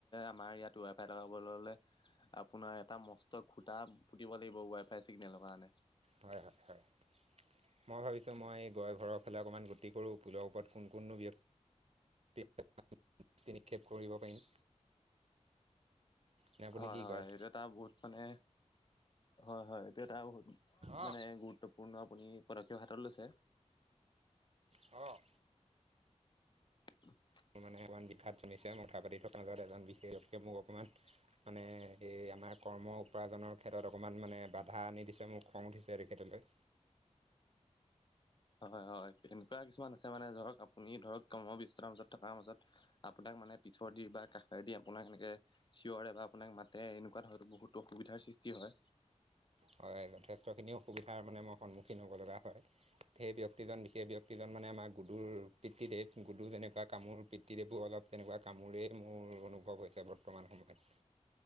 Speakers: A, on the left; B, on the right.
A: আমাৰ ইয়াত ৱাই ফাই লগাব হলে আপোনাৰ এটা মস্ত খুটা পুতিব লাগিব ৱাই ফাই চিগনেলৰ কাৰণে।
B: হয়-হয়-হয়। মই ভাবিছোঁ মই গৈ ঘৰৰ ফালে অকণমান গতি কৰোঁ পুলৰ ওপৰত কোন-কোন নো ব্যক্তি <inaudible> নিক্ষেপ কৰিব পাৰিম। নে আপুনি
A: হয়-হয়
B: কি কয়?
A: এইটো এটা বহুত মানে হয়-হয় এইটো এটা বহুত
B: অ
A: মানে গুট গুত্বপূৰ্ণ আপুনি পদক্ষেপ হাতত লৈছে।
B: <inaudible> অ।
A: <inaudible>
B: মোৰ মানে অকমান বিখাত জনিছে কথা পাতি থকা মাজত এজন বিশেষ গতিকে মোক অকণমান মানে এই আমাৰ কৰ্ম উপাৰ্জনৰ ক্ষেত্ৰত অকণমান মানে বাধা আনি দিছে মোৰ খং উঠিছে তেখেতলৈ।
A: হয়-হয় এনেকুৱা কিছুমান আছে মানে ধৰক আপুনি ধৰক কৰ্ম ব্যস্ততাৰ মাজত থকাৰ মাজত আপোনাক মানে পিঠৰ দি বা কাষৰেদি আপোনাক এনেকে চিঞৰে বা আপোনাক মাতে এনেকুৱা ধৰতো বহুতো অসুবিধাৰ সৃষ্টি কি হয়?
B: হয় যথেষ্টখিনি অসুবিধাৰ মানে মই সন্মুখীন হ'ব লগা হয়। সেই প্ৰতিজন <unintelligible> বিশেষ ব্যক্তিজন মানে আমাৰ গুডুৰ পিতৃদেৱ গুডুৰ যেনেকুৱা কামোৰ পিতৃদেৱো অলপ তেনেকুৱা কামোৰেই মোৰ অনুভৱ হৈছে বৰ্তমান সময়ত৷